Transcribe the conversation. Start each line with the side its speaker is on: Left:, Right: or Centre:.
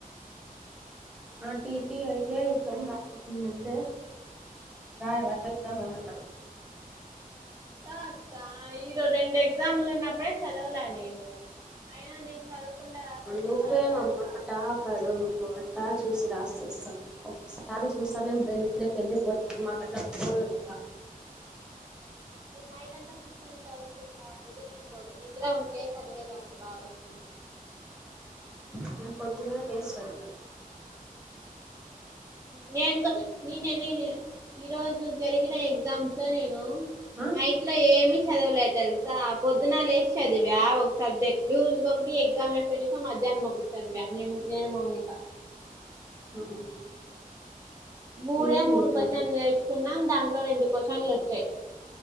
Centre: ఆ టీపి అయితే ఎగ్జామ్ బతుందంటే నా వయసరమా ఏమన్నా
Right: రాస్తా ఈరో రెండు ఎగ్జాములు ఉన్నప్పుడే చదవలే నేను అయినా నేను చదవకుండా రాస్తేనే
Centre: నువ్వే
Right: బాగా రాస్తా
Centre: అమ్మా టాపరు టా చూసి రాసి అస్తా ఒసారి చూస్తా నే బ్రెన్ లోకి వెళ్ళిపోతాది మాకు అట్లా పోదు కదా
Right: బ బయటంతా కూర్చని చదువుతుంటావు అందుకే నీకు పోదు నిద్ర ఉంటే చదివేది అప్పుడు బాగా వస్తుంది <inaudible>
Centre: నేను పొద్దున్నే లేచి చదువుతానమ్మ
Right: నేను క నేనే నేను ఈరోజు జరిగిన ఎగ్జామ్స్ లో నేను
Centre: ఆ
Right: నైట్ లో ఏమి చదవలేదు తెలుసా పొద్దున లేచి చదివా ఒక సబ్జెక్ట్టు ఇంకొకటి ఎగ్జామ్ అయిపోయినాక మద్ జన్మకుర్చోదు వ్యామ్యం నేను మౌనిక
Centre: ఆహా
Right: మూడే
Centre: ఏంది
Right: మూడు
Centre: నీ
Right: క్వశ్చన్లు
Centre: నోటి
Right: నేర్చుకున్నాం దాంట్లో రెండు క్వశ్చన్లు వచ్చాయి.